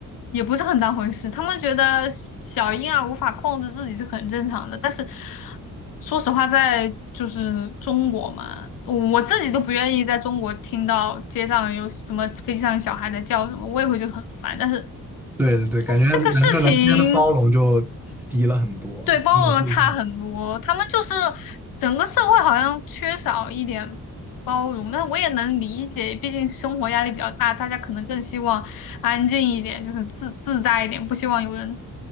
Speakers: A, on the left; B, in the centre.
A: 也不是很当回事。他们觉得小婴儿无法控制自己是很正常的，但是说实话，在就是中国嘛，我自己都不愿意在中国听到街上有什么飞机上有小孩在叫什么，我也会觉得很烦。但是
B: 对对对，
A: 就是这个事情。
B: 感觉人和人之间的包容就低了很多。
A: 对，包容差很多，
B: 嗯对
A: 他们就是整个社会好像缺少一点包容，但是我也能理解，毕竟生活压力比较大，大家可能更希望安静一点，就是自自在一点，不希望有人